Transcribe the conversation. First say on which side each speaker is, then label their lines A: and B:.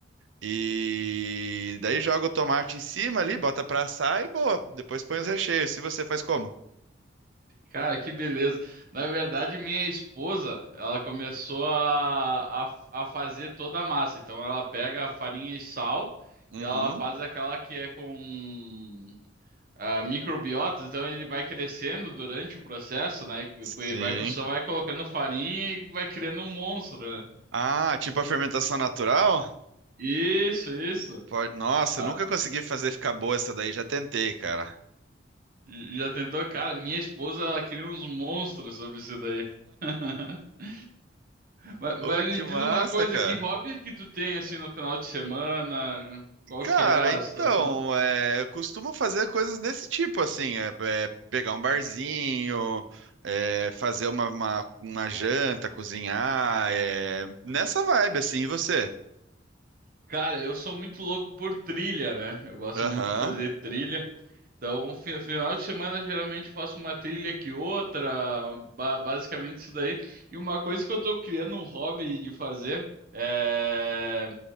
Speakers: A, on the right; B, on the right.
A: E daí joga o tomate em cima ali, bota pra assar e boa. Depois põe os recheios. Se você faz como?
B: Cara, que beleza. Na verdade, minha esposa, ela começou a, a, a fazer toda a massa. Então, ela pega a farinha e sal
A: Uhum.
B: e ela faz aquela que é com ah, microbiotas. Então, ele vai crescendo durante o processo, né?
A: Sim.
B: E vai, só vai colocando farinha e vai criando um monstro, né?
A: Ah, tipo a fermentação natural?
B: Isso, isso.
A: Pode- Nossa,
B: Ah,
A: eu nunca consegui fazer ficar boa essa daí, já tentei, cara.
B: j- já tentou? Cara, minha esposa, ela queria uns monstros sobre isso daí. <laughs> Mas,
A: Ô,
B: mas
A: que
B: me diz
A: massa,
B: uma coisa,
A: cara.
B: que hobby que tu tem, assim, no final de semana? Qual
A: Cara,
B: que é
A: então,
B: a situação?
A: é, eu costumo fazer coisas desse tipo, assim, é, é, pegar um barzinho, é, fazer uma, uma, uma janta, cozinhar, é, nessa vibe, assim, e você?
B: Cara, eu sou muito louco por trilha, né? Eu gosto
A: Aham.
B: muito de fazer trilha. Então, um fi- final de semana, geralmente eu faço uma trilha que outra, ba- basicamente isso daí. E uma coisa que eu tô criando um hobby de fazer é